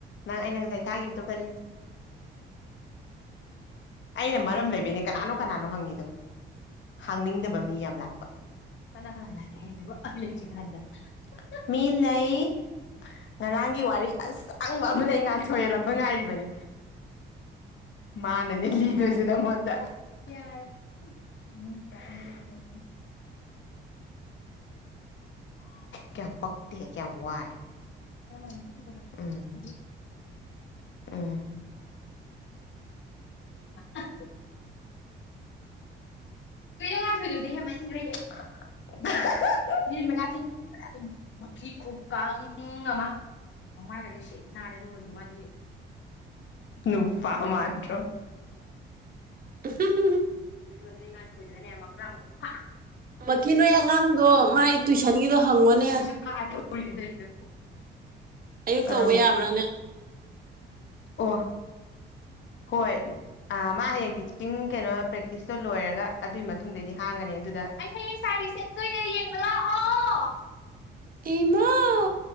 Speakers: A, on the left (about 70°); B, on the right (about 45°).
A: ꯅꯪ ꯑꯩꯅ ꯉꯁꯥꯏ ꯊꯥꯈꯤꯕꯗꯣ ꯀ꯭ꯔꯤ꯫ ꯑꯩꯅ ꯃꯔꯝ ꯂꯩꯕꯩꯅꯦ ꯀꯅꯥꯅꯣ ꯀꯅꯥꯅꯣ ꯍꯪꯉꯤꯗꯣ꯫ ꯍꯥꯡꯅꯤꯡꯗꯕ ꯃꯤ ꯌꯥꯝ ꯂꯥꯛꯄ ꯀꯅꯥ ꯀꯅꯥ ꯂꯥꯛꯀꯦ ꯍꯥꯏꯁꯤꯕꯨ ꯑꯩ ꯂꯩꯇ꯭ꯔꯤꯀꯥꯟꯗ꯫ ꯃꯤ ꯂꯩ꯫ ꯉꯔꯥꯡꯒꯤ ꯋꯥꯔꯤ ꯑꯁꯥꯡꯕ ꯑꯃ ꯂꯩ ꯉꯥꯟꯊꫭꯏ ꯍꯜꯂꯛꯄ ꯉꯥꯏꯔꯤꯕꯅꯦ꯫ ꯃꯥꯅꯅꯦ ꯂꯤꯗꯣꯏꯁ ꯅꯪꯉꯣꯟꯗ ꯌꯔꯦ꯫ ꯍꯨꯝ ꯇꯥꯅꯤꯡꯗꯦ ꯑꯝ <unintelligible> ꯀꯌꯥꯝ ꯄꯥꯛꯇꯦ ꯀꯌꯥꯝ ꯋꯥꯏ꯫ <unintelligible> ꯎꯝ ꯎꯝ <unintelligible> ꯆꯦ ꯉꯥꯟꯊꫭꯏꯗꯨꯁꯨ ꯍꯦꯟꯃꯟꯒ꯭ꯔꯦꯍꯦ ꯫ ꯅꯤꯔꯃꯂꯥ ꯊꯤꯡ <unintelligible> ꯃꯈꯤ ꯈꯨꯀꯪ ꯑꯃ ꯃꯃꯥꯏꯒꯗꯤ ꯁꯤꯠ ꯅꯥꯜꯂꯦ ꯑꯗꯨꯒꯖꯨ ꯃꯥꯖꯤ ꯅꯨꯄꯥ ꯃꯥꯟꯗ꯭ꯔꫭ
B: <unintelligible>
A: ꯑꯗꯨꯒ ꯅꫭꯏ ꯉꯥꯟꯊꫭꯏ ꯗꯨꯅꯅꯦ ꯃꯀ꯭ꯔꯥꯡꯒ ꯐꯥꯛ
B: ꯃꯛꯀꯤ ꯅꯣꯏ ꯑꯉꯥꯡꯗꯣ ꯃꯥꯏ ꯇꯨꯏꯁꯟꯒꯤꯗꯣ ꯍꯪꯉꯣꯅꯦ
A: <unintelligible>
B: ꯑꯌꯨꯛ
A: ꯀꯔꯝꯕ
B: ꯇꯧꯕ ꯌꯥꯕ꯭ꯔꯥ ꯅꯦ
A: ꯑꯣ ꯍꯣꯏ ꯑ ꯃꯥ ꯍꯌꯦꯡ ꯇꯤꯆꯤꯡ ꯀꯩꯅꯣ ꯄ꯭ꯔꯦꯛꯇꯤꯁꯇꯣ ꯂꯣꯏꯔꯒ ꯑꯗꯨꯒꯤ ꯃꯇꯨꯡꯗꯩꯗꯤ ꯍꯥꯡꯉꯅꯤ ꯑꯗꯨꯗ <unintelligible> ꯇꫭꯏꯅ ꯌꯣꯡꯕ ꯂꯥꯛꯑꯣ
B: ꯏꯃꯥꯎ